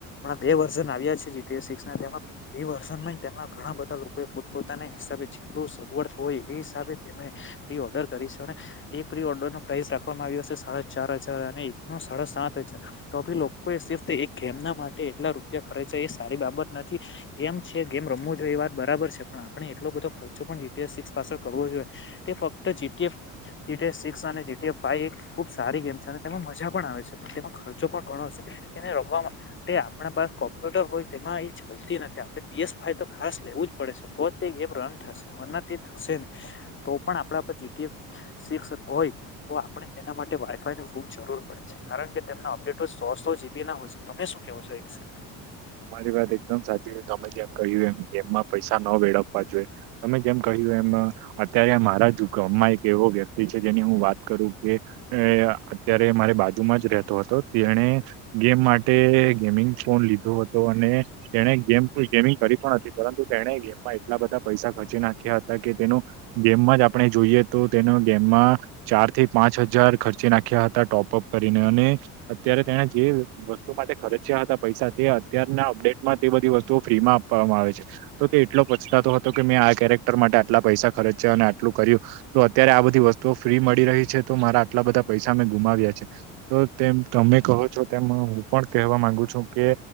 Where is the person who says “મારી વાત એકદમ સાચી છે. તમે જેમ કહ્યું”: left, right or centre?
Right